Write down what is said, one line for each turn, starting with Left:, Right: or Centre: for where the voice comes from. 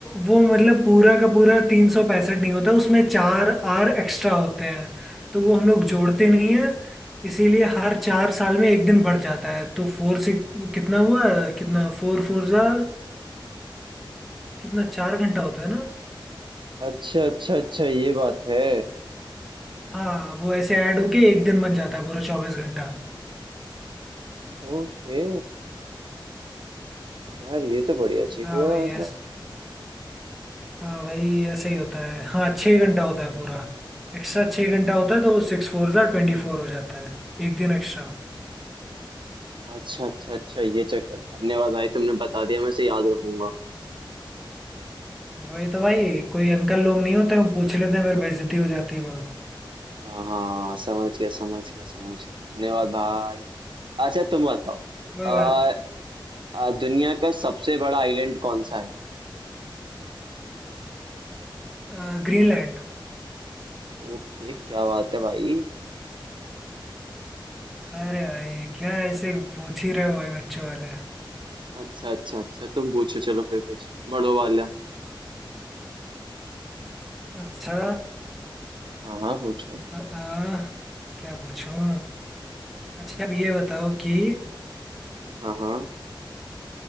Centre: वो मतलब पूरा का पूरा तीन सौ पैंसठ नहीं होता उसमें चार आर एक्स्ट्रा होते हैं तो वो हम लोग जोड़ते नहीं है इसीलिए हर चार साल में एक दिन बढ़ जाता है तो फोर से कितना हुआ कितना फोर फोर जा कितना चार घंटा होता है ना
Right: अच्छा अच्छा अच्छा ये बात है
Centre: हाँ वो ऐसे ऐड होके एक दिन बन जाता है पूरा चौबीस घंटा
Right: ओके यार ये तो बढ़िया चीज
Centre: हाँ
Right: है यार
Centre: भाई
Right: मतलब
Centre: ऐस हाँ भाई ऐसे ही होता है हाँ छः घंटा होता है पूरा एक्स्ट्रा छः घंटा होता है तो वो सिक्स फोर जा ट्वेंटी फोर हो जाता है एक दिन एक्स्ट्रा
Right: अच्छा अच्छा अच्छा ये चक्कर धन्यवाद भाई तुमने बता दिया मैं इसे याद रखूंगा
Centre: वही तो भाई कोई अंकल लोग नहीं होते हम पूछ लेते हैं फिर बेइज्जती हो जाती है बहुत
Right: हाँ हाँ हाँ, समझ गया समझ गया समझ गया धन्यवाद भाई अच्छा तुम बताओ
Centre: कोई
Right: आ,
Centre: बात
Right: दुनिया का सबसे बड़ा आइलैंड कौन सा है
Centre: अ, ग्रीनलैंड
Right: ओके क्या बात है भाई
Centre: अरे भाई क्या ऐसे पूछ ही रहे हो भाई बच्चों वाले
Right: अच्छा अच्छा अच्छा तुम पूछो चलो फिर कुछ बड़ो वाला
Centre: अच्छा
Right: हाँ हाँ पूछो
Centre: अ, अ, क्या पूछूं अच्छा अब ये बताओ कि
Right: हाँ हाँ